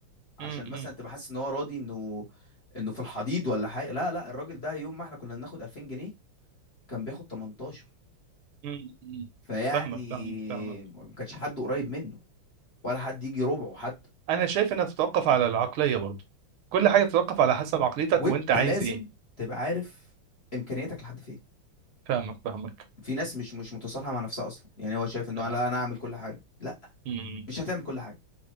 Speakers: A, on the left; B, on the right.
A: عشان
B: م- م-
A: مثلا تبقى حاسس ان هو راضي انه انه في الحضيض ولا حاجه لا لا الراجل ده يوم ما احنا كنا بناخد 2000 جنيه كان بياخد 18
B: م- م.
A: فيعني
B: فاهمك فاهمك فاهمك
A: ما كانش حد قريب منه ولا حد يجي ربعه حتى
B: انا شايف انها تتوقف على العقليه برضه كل حاجه تتوقف على حسب عقليتك
A: وانت
B: وانت عايز
A: لازم
B: ايه
A: تبقى عارف امكانياتك لحد فين
B: فاهمك فاهمك
A: في ناس مش مش متصالحه مع نفسها اصلا يعني هو شايف انه
B: يعني
A: انا انا اعمل كل حاجه لا
B: امم
A: مش هتعمل كل حاجه